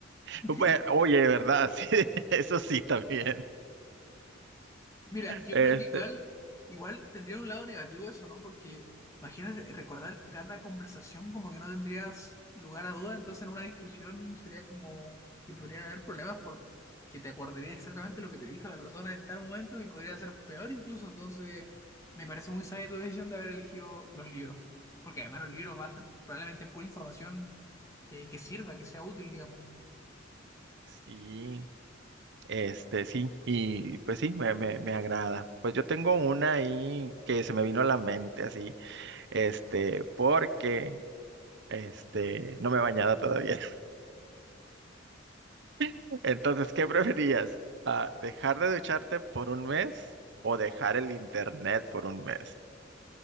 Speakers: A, on the left (about 15°); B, on the right (about 60°).
A: <laughs>
B: bue- oye, ¿verdad? <laughs> Sí, eso sí también.
A: Mira, yo
B: Este,
A: creo que igual, igual tendría un lado negativo eso, ¿no? Porque imagínate recordar cada conversación como que no tendrías lugar a duda, entonces en una discusión sería como que podrían haber problemas por que te acordarías exactamente lo que te dijo la persona en tal momento y podría ser peor incluso, entonces me parece muy sabia tu decisión de haber elegido los libros, porque además los libros va a ser probablemente pura información eh, que sirva, que sea útil, digamos.
B: sí, este, sí, y pues sí, me, me, me agrada. Pues yo tengo una ahí que se me vino a la mente así este, porque este, no me he bañado todavía. <laughs> Entonces, ¿qué preferirías? Ah, ¿dejar de ducharte por un mes o dejar el internet por un mes?